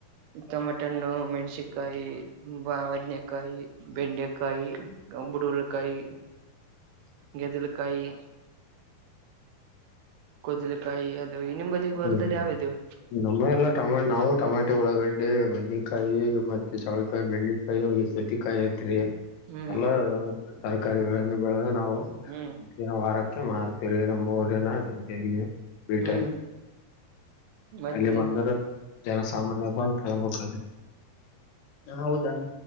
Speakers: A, on the right; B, on the left.
A: ಟಮೇಟನ್ನು ಮೆಣಸಕಾಯಿ ಬದೇನಕಾಯಿ. ಬೆಂಡೆಕಾಯಿ ಅಂಬಡುಉಲಕಾಯಿ. ಗಗೆದಲಕಾಯಿ. ಕದ್ಲುಕಾಯಿ ಅದು ಇ ನಿಂಬಲ್ಲಿ ಹೊಲದಲ್ಲಿ
B: ಹೌದ
A: ಯಾವದುವು.
B: ನಮ್ಮ ಎಲ್ಲ ಟಮೋಟು ನಾವು ಟಮಾಟಿ ಒಳಗಡ್ಡೆ ಬದ್ನಕಾಯಿ. ಮತ್ತೆ ಚಾವಳಕಾಯಿ ಬೆಂಡೆಕಾಯಿ ಅವ ಸತಿಕಾಯಿ ಐತ್ರಿ.
A: ಹ್ಮ್
B: ಎಲ್ಲ ತರಕಾರಿಗಳನ್ನು ಬೆಳೆದ ನಾವು
A: ಹ್ಮ್
B: ವಾರ. ಅ ಮಾರ್ತೀರಿ ನಮ್ಮ ಊರನ ಹೆಂತಲ್ಲಿ ಬಟ.
A: ಹ್ಮ್ ಮತ್ತೆ
B: ಅಲ್ಲಿ ಬಂದರು ಜನ ಸಾಮನ್ಯ ಬಂದ ತೊಗೊಂಡು ಹೋಕತರಿ. ಹೌದಾ